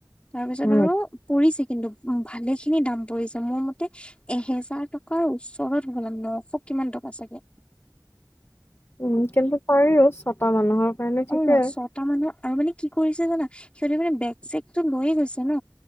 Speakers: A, on the left; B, on the left.
A: তাৰপিছত
B: উম,
A: আৰু পৰি কিন্তু উ ভালে খিনি দাম পৰিছে মোৰ মতে এহেজাৰ টকাৰ উচ হব লাম নশ কিমান টকা চাগে
B: উম কিন্তু পাৰিওব ক মানুহৰ কাৰণে ঠিকে।
A: অ ছটা মানৰ আৰু মানে কি কৰিছে জানা সিহঁতি মানে চেকতো লৈয়ে গৈছে ন